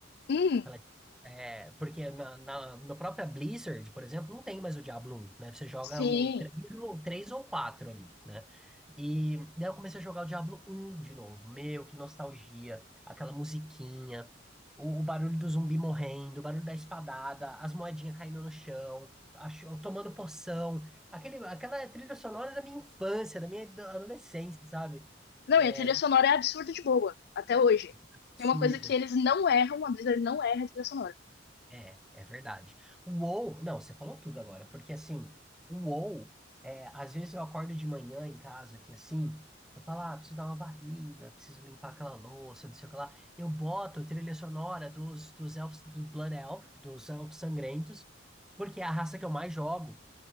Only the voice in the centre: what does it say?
Ela- É, porque na, na, no própria Blizzard, por exemplo, não tem mais o Diablo 1, né? Você joga
o 3, ou três ou 4 ali, né? E daí eu comecei a jogar o Diablo um de novo. Meu, que nostalgia. Aquela musiquinha, o, o barulho do zumbi morrendo, o barulho da espadada, as moedinhas caindo no chão, a cho- tomando poção. Aquele, aquela trilha sonora da minha infância, da minha ado- adolescência, sabe?
É,
absurda
É, é verdade. O WoW, não, você falou tudo agora, porque assim, o WoW, é, às vezes eu acordo de manhã em casa, que assim, eu falo, ah, preciso dar uma varrida, preciso limpar aquela louça, não sei o que lá. Eu boto a trilha sonora dos, dos elfos, dos Blood Elf, dos elfos sangrentos, porque é a raça que eu mais jogo,